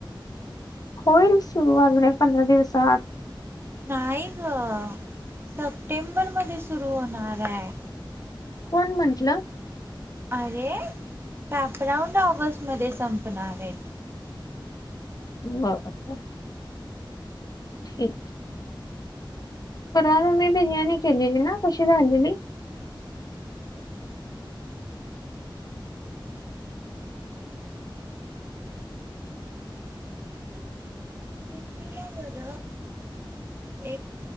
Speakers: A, on the left; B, on the right.
A: होइल सुरू अजून एक पंधरा दिवसात.
B: नाही ग सप्टेंबर मध्ये सुरू होणाराय.
A: कोण म्हटलं?
B: अरे कापराऊंड ऑगस्ट मध्ये संपणारेत.
A: <unintelligible> ठीक परवा मम्मी बिर्याणी केलेली ना कशी झालेली?
B: कितीला बर ऐ